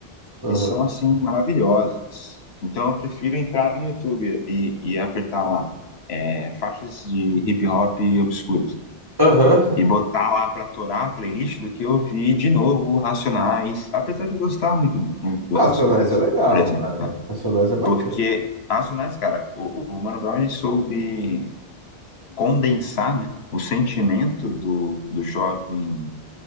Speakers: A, on the right; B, on the left.
A: aham,
B: Que são, assim, maravilhosas. Então, eu prefiro entrar no YouTube e, e apertar lá é, faixas de hip hop obscuras
A: aham.
B: e botar lá para torar a playlist do que eu vi de novo Racionais, apesar de gostar muito, muito
A: <laughs>
B: do
A: Racionais
B: Racionais,
A: é legal,
B: por exemplo,
A: vai.
B: né?
A: Racionais é bacana.
B: Porque as Racionais, cara, o, o Mano Brown ele soube condensar, né, o sentimento do, do jovem